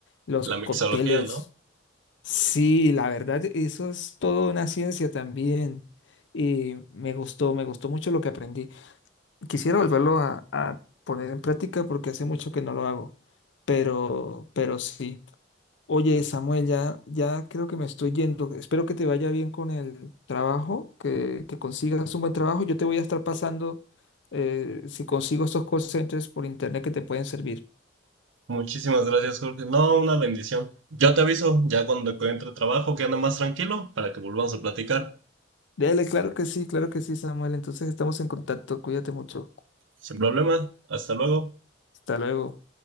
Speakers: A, on the left; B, on the right.
A: los
B: La
A: cócteles.
B: mixología, ¿no?
A: Sí, la verdad, eso es toda una ciencia también. Y me gustó, me gustó mucho lo que aprendí. Quisiera volverlo a, a poner en práctica porque hace mucho que no lo hago. Pero, pero sí. Oye, Samuel, ya, ya creo que me estoy yendo. Espero que te vaya bien con el trabajo, que, que consigas un buen trabajo. Yo te voy a estar pasando eh, si consigo estos call centers por internet que te pueden servir.
B: Muchísimas gracias, Jorge. No, una bendición. Yo te aviso ya cuando encuentre trabajo que ande más tranquilo para que volvamos a platicar.
A: Dale, claro que sí, claro que sí, Samuel. Entonces estamos en contacto. Cuídate mucho.
B: Sin problema, hasta luego.
A: Hasta luego.